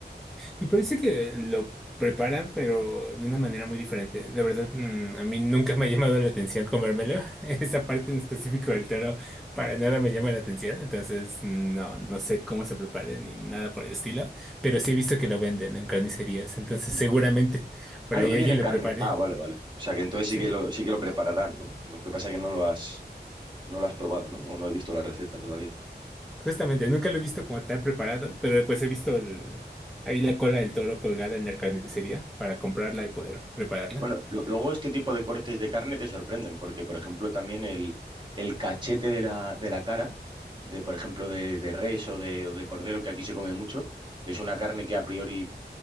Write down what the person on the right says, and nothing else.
Mm.
Ah, lo
venden
en
carne.
Ah, vale, vale. O sea que entonces sí
que lo, sí que lo prepararán, ¿no? Lo que pasa es que no lo has, no lo has probado, ¿no? O no has visto la receta todavía.
Bueno, lo- luego este tipo de cortes de carne te sorprenden, porque por ejemplo también el, el cachete de la, de la cara, de por ejemplo de, de res o de, o de cordero, que aquí se come mucho, es una carne que a priori